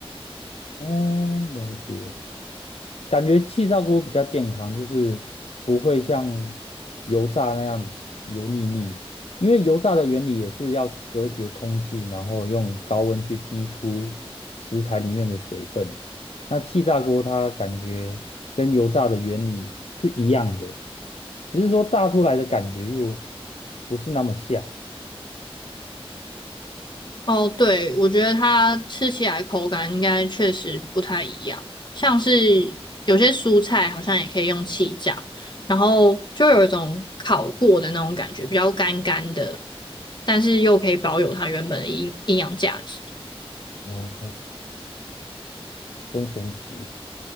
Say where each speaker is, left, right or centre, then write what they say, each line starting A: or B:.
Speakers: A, on the left (about 80°); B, on the left (about 45°).
A: 哦，了解。感觉气炸锅比较健康，就是不会像油炸那样油腻腻。因为油炸的原理也是要隔绝空气，然后用高温去逼出食材里面的水分。那气炸锅它感觉跟油炸的原理是一样的，只是说炸出来的感觉又不是那么像，
B: 哦，对，我觉得它吃起来口感应该确实不太一样，像是有些蔬菜好像也可以用气炸，然后就有一种烤过的那种感觉，比较干干的，但是又可以保有它原本的营营养价值。
A: 哦，真神奇。